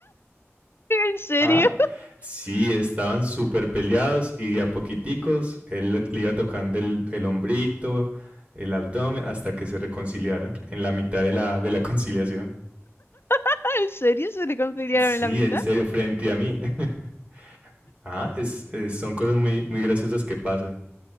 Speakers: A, on the left (about 55°); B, on the right (about 30°).
A: <laughs> ¿En serio?
B: ¿Ah? Sí, estaban súper peleados y de a poquiticos él le, le iba tocando el, el hombrito, el abdomen, hasta que se reconciliaran en la mitad de la, de la <laughs> conciliación.
A: <laughs> ¿En serio se reconciliaron
B: Sí,
A: en la mitad?
B: en serio, frente a mí. <laughs> Ah, es, es- son cosas muy, muy graciosas que pasan.